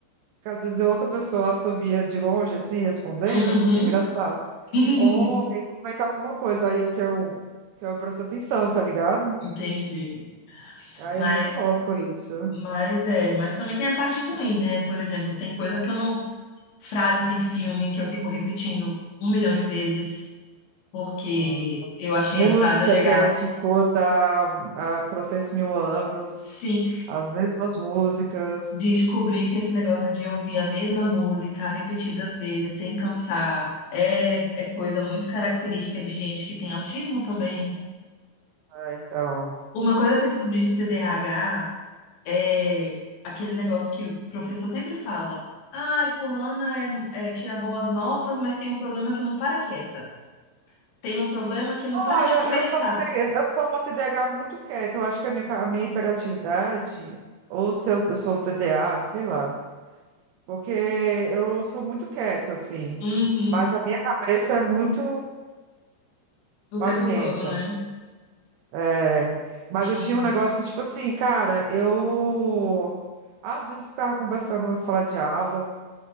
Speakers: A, on the right (about 80°); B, on the left (about 75°).
A: que às vezes outra pessoa assovia de longe, assim, respondendo,
B: uhum.
A: é engraçado.
B: <laughs>
A: Ou alguém comenta alguma coisa, aí o que eu, que eu presto atenção, tá ligado?
B: Entendi.
A: Aí
B: Mas.
A: é muito louco isso.
B: Mas é, mas também tem a parte ruim, né? Por exemplo, tem coisa que eu não. Frases em filme que eu fico repetindo um milhão de vezes, porque
A: Uhum.
B: eu achei
A: Música
B: a frase legal.
A: que te escuta há há trocentos mil anos.
B: Sim,
A: As mesmas músicas.
B: descobri que esse negócio de ouvir a mesma música repetidas vezes, sem cansar, é, é coisa muito característica de gente que tem autismo também.
A: Ah, então.
B: Uma coisa que eu descobri de TDAH. é aquele negócio que o professor sempre fala. Ai, fulana é, é, tira boas notas, mas tem um problema que não para quieta. Tem um problema que não
A: Olha,
B: para de <laughs> conversar.
A: eu sou uma, TD eu sou uma TDAH muito quieta. Eu acho que a minha, ca- a minha hiperatividade, ou se eu, eu sou TDA, sei lá. Porque eu sou muito quieta, assim.
B: Uhum.
A: Mas a minha cabeça é muito
B: O
A: barulhenta.
B: tempo todo, né?
A: É. Mas
B: Uhum.
A: eu tinha um negócio que, tipo assim, cara, eu. Às vezes estava conversando na sala de aula,